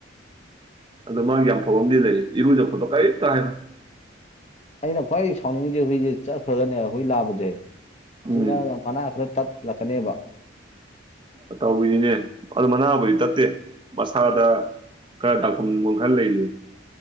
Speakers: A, on the right; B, on the left.
A: ꯑꯗꯣ ꯃꯥꯒꯤ ꯌꯥꯝ ꯐꯕ ꯑꯃꯗꯤ ꯂꯩ ꯏꯔꯨꯖ ꯈꯣꯠꯄ ꯀꯔꯤꯝꯇ ꯍꯥꯏꯅ
B: ꯑꯩꯅ ꯈ꯭ꯋꯥꯏ ꯁꯥꯎꯅꯤꯡꯉꯤꯖꯦ ꯍꯨꯏꯖꯦ ꯆꯠꯈ꯭ꯔꯒꯅꯦ ꯍꯨꯏ ꯂꯥꯕꯖꯦ ꯆꯤꯛꯅꯔꯒ
A: ꯎꯝ
B: ꯃꯅꯥ ꯈꯔ ꯇꯠ ꯂꯥꯛꯀꯅꯦꯕ
A: ꯑꯇꯧꯏꯅꯤꯅꯦ ꯑꯗꯨ ꯃꯅꯥꯕꯨꯗꯤ ꯇꯠꯇꯦ ꯃꯁꯥꯗ ꯈꯔ ꯗꯥꯛꯐꯝꯕ ꯈꯔ ꯂꯩꯔꯤꯌꯦ